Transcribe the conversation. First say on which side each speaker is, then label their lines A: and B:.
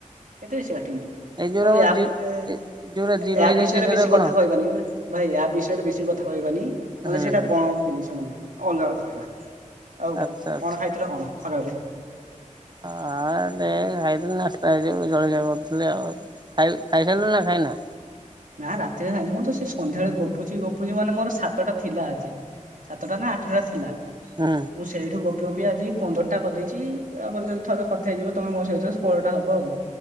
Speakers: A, on the right; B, on the right.
A: ଏତେ ବେଶି କାଟିିନି।
B: ଏଇ ଯୋଉରା
A: ଆଉ
B: ମୋ
A: ୟା
B: ଜି
A: ପେ
B: ଯୋଉରା ଜିରୋ
A: ୟା
B: ହେଇଯାଇଛି
A: ବିଷୟରେ
B: ସେଟା
A: ବେଶୀ
B: କଣ?
A: କ କଥା କହିବାନି ଭାଇ ୟା ବିଷୟରେ ବେଶୀ କଥା କହିବାନି ନ ହେଲେ
B: ହୁଁ
A: ସେଇଟା
B: ହୁଁ
A: ଗଣନ୍ତିନି ସେମାନେ। ଅଲଗା କଥା କହିବା ଆଉ
B: ଆଚ୍ଛା ଆଚ୍ଛା।
A: କଣ ଖାଇଥିଲ କଣ ଖରାବେଳେ?
B: ହଁ ଦେ ଖାଇଥିଲି ନାସ୍ତା ହେଇ ଯୋଉ ଜଳଖିଆ କରଥିଲି ଆଉ ଖାଇ ଖାଇସାରିଲୁଣି ନା ଖାଇ ହେଲା।
A: ନା ରାତିରେ ଖାଇନି ମୁଁ ତ ସେ ସନ୍ଧ୍ୟାବେଳୁ ଗପୁଛି ଗପୁଛି ମାନେ ମୋର ସାତଟା ଥିଲା ଆଜି। ସାତଟା ନା ଆଠଟା ଥିଲା ମୁଁ
B: ହୁଁ
A: ସେଇଠୁ ଗପ୍ କ୍ୟୁକିଁ ଆଜି ପନ୍ଦରଟା କରିଦେଇଛି ତାପରେ ଯଦି ଥରେ କଥା ହେଇଯିବ ତମେ ମୋ ସହିତ ଷୋହଳଟା ହବ ଆଉ।